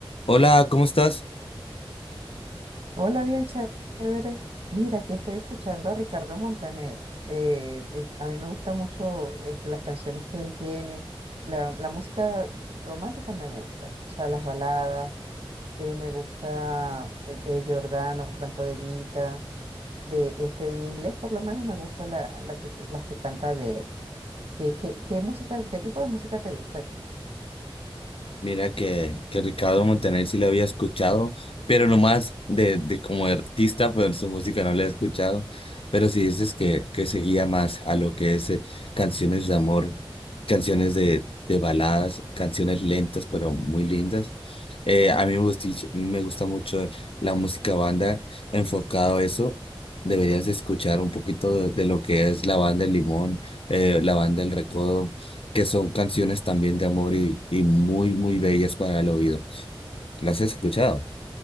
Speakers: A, on the left (about 70°); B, on the right (about 75°).
A: Hola, ¿cómo estás?
B: Hola, bien chévere. Mira, aquí estoy escuchando a Ricardo Montaner. Eh, es- a mí me gustan mucho este, las canciones que él tiene. La, la música romántica me gusta, o sea, las baladas. eh, me gusta eh, eh, Giordano, Franco De Vita. De, este, en inglés, por lo menos, me gusta la, la que, las que canta de él. Eh, ¿qué, qué música, qué tipo de música te gusta a ti?
A: Mira que, que Ricardo Montaner sí lo había escuchado, pero nomás de, de como artista, pues su música no la he escuchado. Pero si dices que, que seguía más a lo que es eh, canciones de amor, canciones de, de baladas, canciones lentas pero muy lindas, Eh, a mí me gusta me gusta mucho la música banda, enfocado a eso. Deberías de escuchar un poquito de, de lo que es la banda El Limón, eh, la banda El Recodo, que son canciones también de amor y, y muy, muy bellas para el oído. ¿Las has escuchado?